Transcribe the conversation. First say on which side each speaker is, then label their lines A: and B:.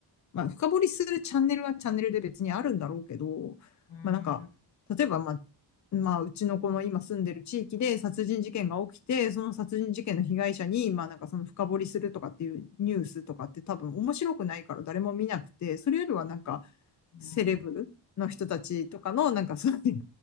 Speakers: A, on the left; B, on the left.
A: まあ、深掘りするチャンネルはチャンネルで別にあるんだろうけど、
B: ーん、
A: まあなんか、
B: う
A: 例えばまあ、まあ、うちのこの今住んでる地域で殺人事件が起きて、その殺人事件の被害者に、まあなんかその深掘りするとかっていうニュースとかって多分面白くないから誰も見なくて、それよりはなんか
B: ーん。
A: セレブの人たちとかのなんかそういう